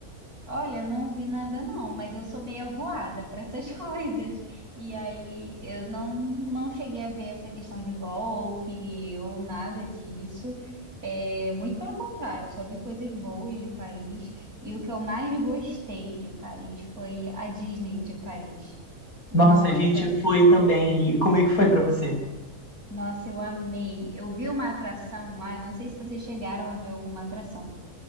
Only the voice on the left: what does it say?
Nossa, a gente foi também. E como é que foi pra você?